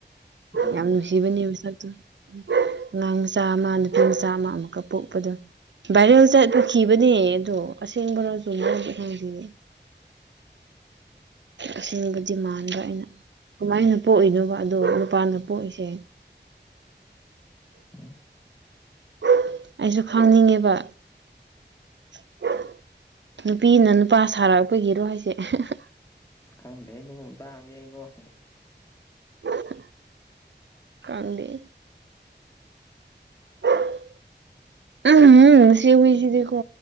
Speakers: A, on the left; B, on the right.
A: ꯎꯝ
B: ꯌꯥꯝ ꯅꯨꯡꯁꯤꯕꯅꯦ ꯃꯥꯁꯛꯇꯣ <unintelligible> ꯑꯉꯥꯡ ꯃꯆꯥ ꯑꯃ ꯅꯨꯄꯤ ꯃꯆꯥ ꯑꯃ ꯑꯃꯨꯛꯀꯥ ꯄꯣꯛꯄꯗꯣ ꯚꯥꯏꯔꯦꯜ ꯆꯠꯄꯥꯈꯤꯕꯅꯦ ꯑꯗꯣ ꯑꯁꯦꯡꯕꯔꯣ ꯑꯆꯨꯝꯕꯔꯣꯗꯤ ꯈꯪꯗꯦꯑꯦ ꯑꯁꯦꯡꯕ ꯗꯤꯃꯥꯟꯗ ꯑꯩꯅ ꯀꯃꯥꯏꯅ ꯄꯣꯛꯏꯅꯣꯕ ꯑꯗꯣ ꯅꯨꯄꯥꯅ ꯄꯣꯛꯏꯁꯦ?
A: ꯎꯝ
B: <unintelligible> ꯑꯩꯁꯨ ꯈꯪꯅꯤꯡꯉꯦꯕ <unintelligible> ꯅꯨꯄꯤꯅ ꯅꯨꯄꯥ ꯁꯥꯔꯛꯄꯒꯤꯔꯣ ꯍꯥꯏꯁꯦ <unintelligible>
A: ꯈꯪꯗꯦ ꯑꯗꯨꯒꯨꯝ ꯇꯥꯡꯗꯗꯤ ꯑꯩꯀꯣ <unintelligible>
B: <unintelligible> ꯀꯪꯗꯦ <unintelligible> <unintelligible> ꯎꯝꯍꯨꯝ ꯁꯤ ꯍꯨꯏꯁꯤꯗꯤꯀꯣ